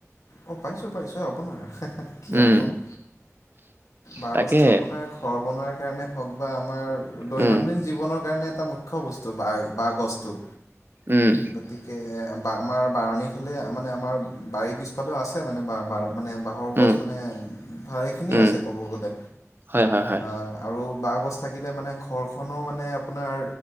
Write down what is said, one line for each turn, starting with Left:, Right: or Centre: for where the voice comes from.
Left: অঁ, পাইছোঁ, পাইছোঁ, আপোনাৰ কিয়
Right: উম
Left: নাপাম, বাঁহগছটো
Right: তাকে
Left: আপোনাৰ ঘৰ বনোৱাৰ কাৰণে হওঁক বা আমাৰ দৈনন্দিন
Right: উম
Left: জীৱনৰ কাৰণে এটা মু খ্য বস্তু বাৰ বাহ গছটো।
Right: উম।
Left: গতিকে বা আমাৰ বাৰনীৰ ফালে, মানে আমাৰ বাৰীৰ পিছফালেও আছে মানে বাৰ বাৰ মানে বাঁহৰ গছ
Right: উম
Left: মানে, ভালেখিনি
Right: উম
Left: আছে ক'ব গ'লে,
Right: হয় হয় হয়
Left: আ আৰু বাহগছ থাকিলে মানে, ঘৰখনো মানে আপোনাৰ